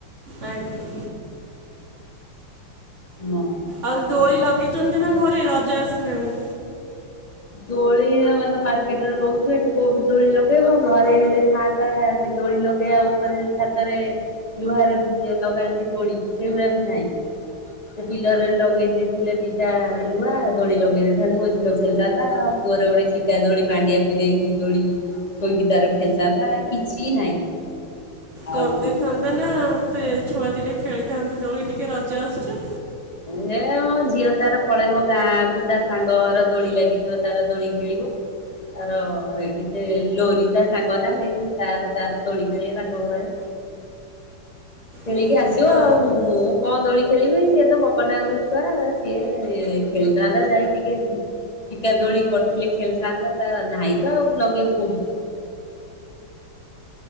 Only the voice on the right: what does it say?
ଆଜ୍ଞା।
ଆଉ ଦୋଳି ଲଗେଇଚନ୍ତି ନା ଘରେ ରଜ ଆସିଲାଣି?
କରି
ଦେଇଥାନ୍ତେ ନା, ସେ ଛୁଆ ଦିଟା ଖେଳିଥାନ୍ତେ ଦୋଳି ଟିକେ ରଜ ଆସୁଛି।
ହୁଁ,
ତା